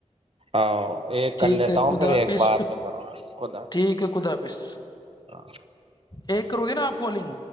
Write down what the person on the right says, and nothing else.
ہاں ایک
کر لیتا
ہوں
پھر ایک
بعد میں کروں گا خدا حافظ
ہاں